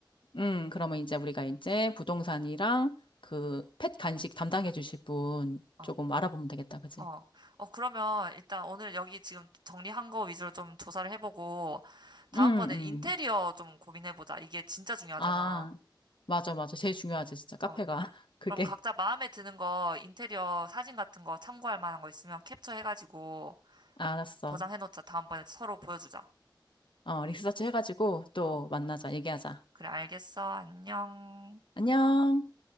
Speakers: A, on the left; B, on the right.
A: 음, 그러면 이제 우리가 이제 부동산이랑 그 펫 간식 담당해 주실 분
B: 어,
A: 조금 알아보면 되겠다, 그지?
B: 어. 어, 그러면 일단 오늘 여기 지금 정리한 거 위주로 좀 조사를 해보고 다음번엔
A: 음,
B: 인테리어
A: 음.
B: 좀 고민해보자. 이게 진짜 중요하잖아.
A: 아, 맞아, 맞아. 제일
B: 음.
A: 중요하지, 진짜. 카페가.
B: 어.
A: <laughs> 그게.
B: 그럼 각자 마음에 드는 거 인테리어 사진 같은 거 참고할 만한 거 있으면 캡처해가지고
A: 알았어.
B: 저장해놓자. 다음번에 서로 보여주자.
A: 어, 리서치 해가지고 또
B: 어,
A: 만나자, 얘기하자.
B: 그래, 알겠어. 안녕.
A: 안녕.